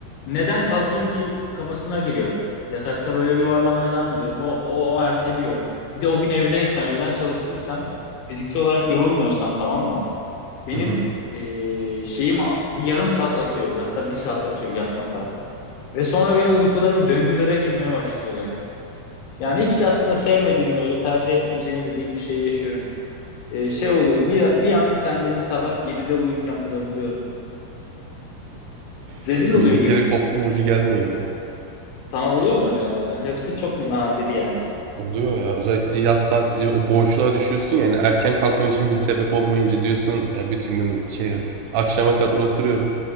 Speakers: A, on the left (about 75°); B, on the right (about 85°).
A: neden kalkayım ki kafasına giriyorum. Yatakta böyle yuvarlanmaya devam ediyorum. O, o, o erteliyor. Bir de o gün evdeysem, evden çalıştıysam, fiziksel olarak yorulmuyorsam tamam mı? Benim
B: hı hı.
A: eee, şeyim a- bir yarım saat atıyor. Hatta bir saat atıyor yatma saatim. Ve sonra benim uykularım döngülere girmeye başlıyor ya. Yani hiç aslında sevmediğim böyle tercih etmeyeceğim dediğim bir şeyi yaşıyorum e, şey oluyor. Bir, bir an kendimi sabah 7'de uyurken bulabiliyorum. Rezil
B: <laughs>
A: oluyor
B: Bir
A: günün.
B: kere koptum ucu gelmiyor
A: Sana oluyor mu öyle arada? Yoksa çok mu nadir yani?
B: Oluyor ya. Özellikle yaz tatili o boşluğa düşüyorsun yani erken kalkman için bir sebep olmayınca diyorsun e, bütün gün şey yani akşama kadar oturuyorum.